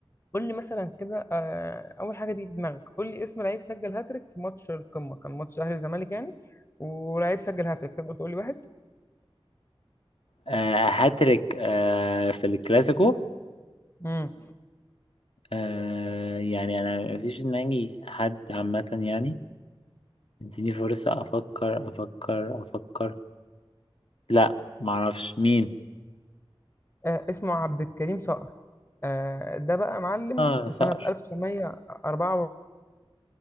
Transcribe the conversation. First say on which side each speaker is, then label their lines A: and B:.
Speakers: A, on the left (about 25°); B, on the left (about 70°).
A: قول لي مثلا كده أه، اول حاجه دي في دماغك قول لي اسم لعيب سجل هاتريك في ماتش القمه كان ماتش اهلي وزمالك يعني ولعيب سجل هاتريك تقدر تقول لي واحد
B: آه هاتريك آه في الكلاسيكو
A: امم
B: آه يعني انا مفيش في دماغي حد عامة يعني اديني فرصة افكر افكر افكر لا معرفش مين
A: آه، اسمه عبد الكريم صقر آه، ده بقى معلم
B: اه
A: في
B: صقر
A: سنة 1944